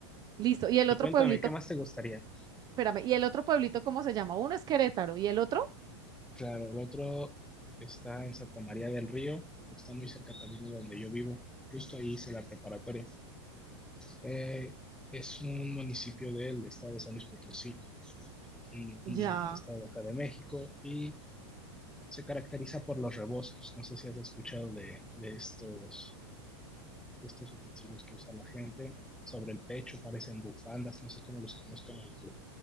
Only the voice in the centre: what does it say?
Y cuéntame,
¿qué más te gustaría?
Claro, el otro está en Santa María del Río, está muy cerca también de donde yo vivo, justo ahí hice la preparatoria. Eh, es un municipio del estado de San Luis Potosí, un, un
estado acá de México, y se caracteriza por los rebozos. No sé si has escuchado de, de estos, de estos utensilios que usa la gente sobre el pecho, parecen bufandas, no sé cómo los conozcan en tu,